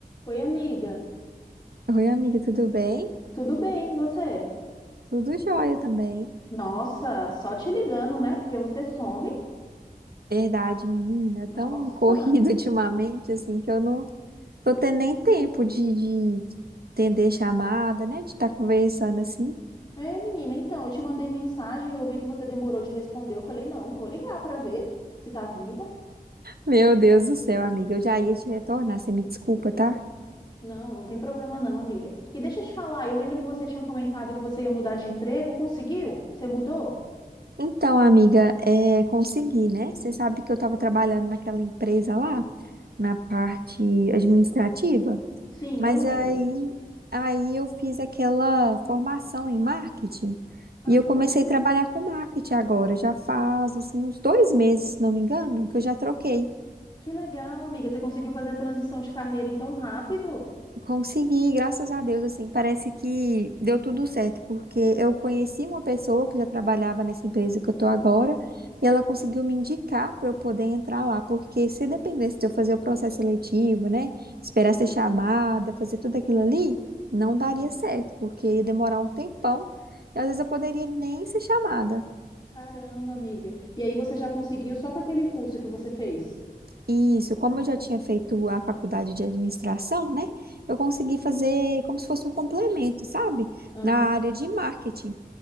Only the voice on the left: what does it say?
Oi, amiga.
Tudo bem, e você?
Nossa, só te ligando, né? Porque você some.
Nossa.
É, menina, então, eu te mandei mensagem, eu vi que você demorou de responder. Eu falei, não, vou ligar pra ver se tá viva.
Não, não tem problema não, amiga. E deixa eu te falar, eu lembro que você tinha comentado que você ia mudar de emprego, conseguiu? Você mudou?
Sim,
eu lembro.
Ah,
que legal, amiga. Você conseguiu fazer a transição de carreira então rápido?
Caramba, amiga. E aí você já conseguiu só com aquele curso que você fez?
Aham.